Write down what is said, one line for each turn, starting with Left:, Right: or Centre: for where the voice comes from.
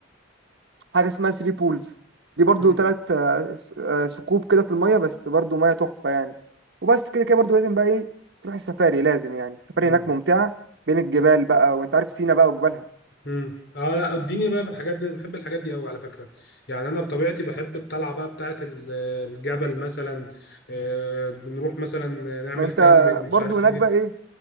Right: حاجه اسمها ثري بولز دي برضو
Left: امم
Right: تلات آه، س- آه، ثقوب كده في الميه بس برضو ميه تحفه يعني وبس كده كده برضو لازم بقى ايه تروح السفاري لازم يعني السفاري
Left: امم
Right: هناك ممتعه بين الجبال بقى وانت عارف سينا بقى وجبالها
Left: امم اه لا اديني بقى في الحاجات دي أنا بحب الحاجات دي قوي على فكرة يعني انا بطبيعتي بحب الطلعة بقى بتاعة ال- الجبل مثلا آه، بنروح مثلا نعمل
Right: ما انت
Left: كامبينج مش
Right: برضو
Left: عارف
Right: هناك
Left: ايه
Right: بقى ايه